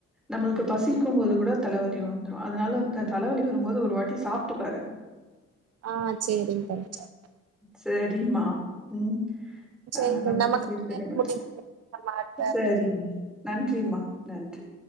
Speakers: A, in the centre; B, on the right (about 55°).
A: நம்மளுக்கு பசிக்கும்
B: ம்
A: போது கூட தலவலி வந்துரு அதனால இந்த தலவலி வரும்போது ஒரு வாட்டி சாப்ட்டுப்பாரு
B: ஆ சேரிங்க <unintelligible>
A: சேரிமா ம் ஆ
B: சேரிங்
A: நமக்கு
B: தோழி நமக்கான
A: குடுத்த
B: நேரம்
A: டைம்
B: முடிந்தது நம்ம அடுத்த
A: சேரிம்மா நன்றிமா நன்றி